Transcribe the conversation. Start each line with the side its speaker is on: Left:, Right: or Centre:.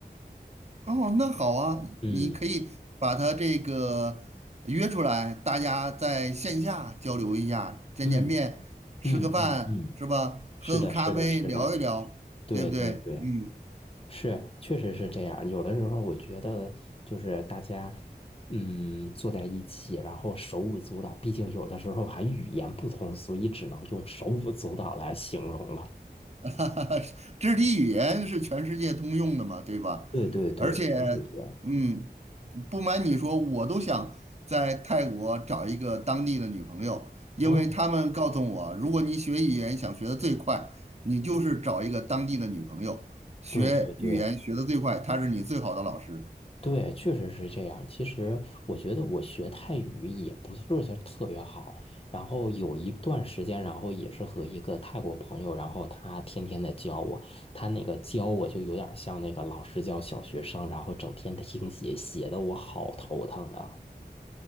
Right: 哦，那好啊，
Left: 嗯
Right: 你可以把他这个约出来，大家在线下交流一下，见见面，
Left: 嗯
Right: 吃个饭是吧？
Left: 嗯嗯嗯，是的，
Right: 喝个咖啡，
Left: 是的，是的，
Right: 聊一聊，
Left: 对对对，
Right: 对不对？嗯，
Left: 是，确实是这样。有的时候我觉得就是大家嗯坐在一起，然后手舞足蹈，毕竟有的时候还语言不通，所以只能用手舞足蹈来形容了。
Right: <laughs> 肢体语言是全世界通用的嘛，对吧？
Left: 对对对，
Right: 而且，
Left: 确实是。
Right: 嗯，不瞒你说，我都想在泰国找一个当地的女朋友，因为他们告诉我，
Left: 嗯
Right: 如果你学语言想学的最快，你就是找一个当地的女朋友，学语言学的最快，
Left: 对对对
Right: 她是你最好的老师。
Left: 对，确实是这样。其实我觉得我学泰语也不是说特别好，然后有一段时间，然后也是和一个泰国朋友，然后他天天的教我，他那个教我就有点像那个老师教小学生，然后整天听写，写的我好头疼啊。